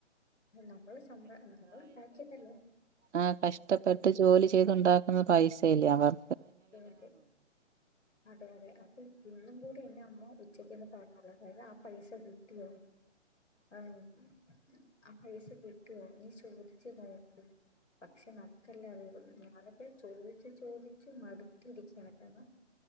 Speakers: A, on the left; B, on the right.
A: നമ്മള് സ്വന്ത നമ്മൾണ്ടാക്കിയതല്ലേ.
B: ആ കഷ്ടപ്പെട്ട് ജോലി ചെയ്തുണ്ടാക്കുന്ന പൈസയല്ലേ അവർ.
A: തെ അതെ അതെ അതെ അപ്പൊ ഇന്നും കൂടെ എന്റെ അമ്മ ഒത്ത്. ഉച്ചക്കെന്നെ പറഞ്ഞൂടെ കയ്ഞ ആ പൈസ കിട്ടിയോ ആഹ് ആ പൈസ കിട്ടുവോ നീ ചോദിച്ച് നോക്ക് പക്ഷെ നമുക്കല്ലെ അറിയൊള്ളു ഞാനൊക്കെ ചോയ്ച്ച് ചോദി ദിച്ചു മടുത്തിര്ക്കാണ്